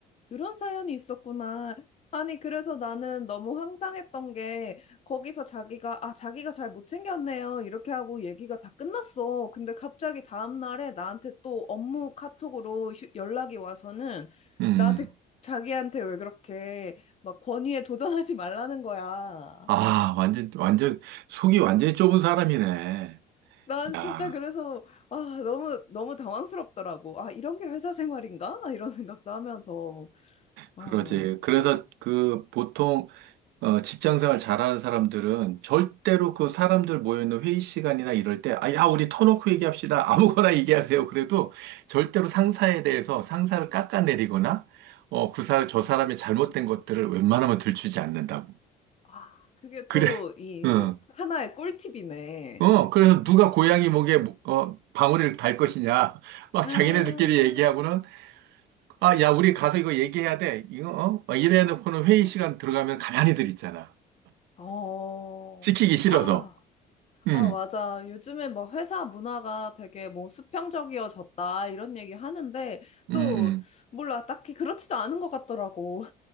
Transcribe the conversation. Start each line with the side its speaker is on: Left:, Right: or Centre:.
Left: 그런 사연이 있었구나. 아니, 그래서 나는 너무 황당했던 게, 거기서 자기가, 아, 자기가 잘 못 챙겼네요. 이렇게 하고 얘기가 다 끝났어. 근데 갑자기 다음날에 나한테 또 업무 카톡으로 휴- 연락이 와서는
Right: 음.
Left: 나한테, 자기한테 왜 그렇게 막 권위에 도전하지 말라는 거야.
Right: 아, 완전 완전 속이 완전히 좁은 사람이네.
Left: 난 진짜
Right: 야,
Left: 그래서, 아, 너무, 너무 당황스럽더라고. 아, 이런 게 회사 생활인가? 이런 생각도 하면서. 어.
Right: 그러지. 그래서 그 보통 어, 직장 생활 잘하는 사람들은 절대로 그 사람들 모여있는 회의 시간이나 이럴 때, 아, 야, 우리 터놓고 얘기합시다. 아무거나 <laughs> 얘기하세요. 그래도 절대로 상사에 대해서 상사를 깎아내리거나, 어, 그 사, 저 사람이 잘못된 것들을 웬만하면 들추지 않는다고.
Left: 아, 그게
Right: 그래,
Left: 또 이
Right: 응.
Left: 하나의 꿀팁이네.
Right: 어, 그래서
Left: 음.
Right: 누가 고양이 목에, 뭐- 어, 방울이를 달 것이냐. <laughs> 막
Left: 아,
Right: 자기네들끼리 얘기하고는, 아, 야, 우리 가서 이거 얘기해야 돼. 이거, 어? 막 이래 놓고는 회의 시간 들어가면 가만히들 있잖아.
Left: 어,
Right: 찍히기 싫어서.
Left: 아,
Right: 음,
Left: 아, 맞아. 요즘에 뭐 회사 문화가 되게 뭐 수평적이어졌다 이런 얘기 하는데
Right: 음,
Left: 또
Right: 음.
Left: 몰라 딱히 그렇지도 않은 것 같더라고.